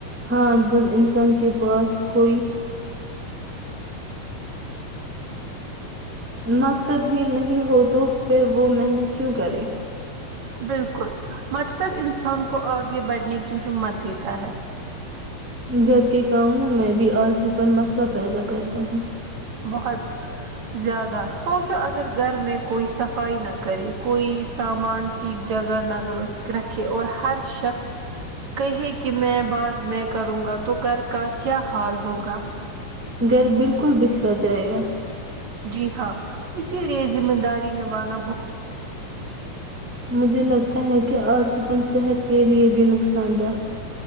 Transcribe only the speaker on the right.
بالکل مقصد انسان کو آگے بڑھنے کی ہمت دیتا ہے
بہت زیادہ سوچو اگر گھر میں کوئی صفائی نہ کرے کوئی سامان ٹھیک جگہ نہ رکھے اور ہر شخص کہے کہ میں بعد میں کروں گا تو گھر کا کیا حال ہوگا
جی ہاں اسی لیے زم داری نبانا